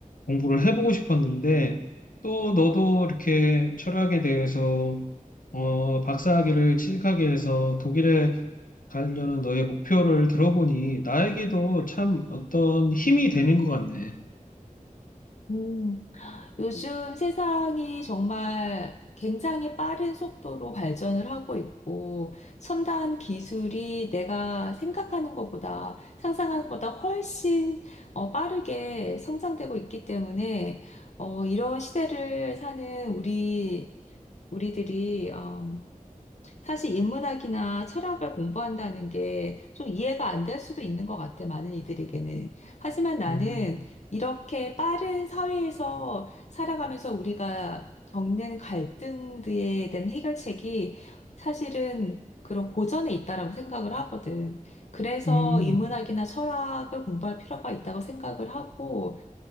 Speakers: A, on the left; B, on the left.
A: 공부를 해보고 싶었는데 또 너도 이렇게 철학에 대해서 어, 박사학위를 취득하게 해서 독일에 가려는 너의 목표를 들어보니 나에게도 참 어떤 힘이 되는 것 같네.
B: 음. 요즘 세상이 정말 굉장히 빠른 속도로 발전을 하고 있고, 첨단 기술이 내가 생각하는 것보다, 상상하는 것보다 훨씬 어, 빠르게 성장되고 있기 때문에, 어, 이런 시대를 사는 우리, 우리들이, 음, 사실 인문학이나 철학을 공부한다는 게 좀 이해가 안 될 수도 있는 것 같아, 많은 이들에게는. 하지만 나는
A: 음,
B: 이렇게 빠른 사회에서 살아가면서 우리가 겪는 갈등들에 대한 해결책이 사실은 그런 고전에 있다라고 생각을 하거든. 그래서
A: 음,
B: 인문학이나 철학을 공부할 필요가 있다고 생각을 하고,